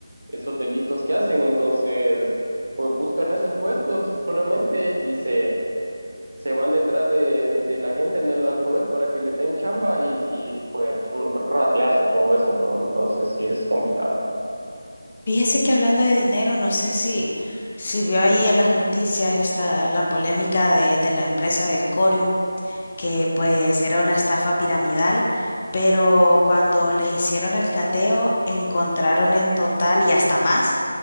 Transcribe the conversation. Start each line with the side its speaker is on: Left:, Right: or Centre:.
Right: esos delitos que hacen. Entonces, pues buscan esos puestos solamente y se, se van detrás de, de la gente en el, al poder para que le den chamba y, y, pues ratearse todo eso, ¿no? Entonces sí es complicado.
Left: Fíjese que hablando de dinero, no sé si, si vio ahí en las noticias esta, la polémica de, de la empresa del Corium. que pues era una estafa piramidal, pero cuando les hicieron el cateo encontraron en total y hasta más